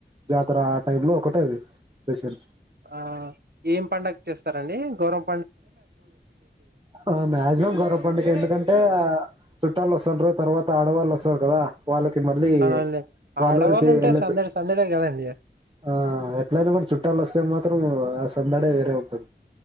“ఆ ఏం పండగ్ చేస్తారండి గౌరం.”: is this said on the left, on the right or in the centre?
Right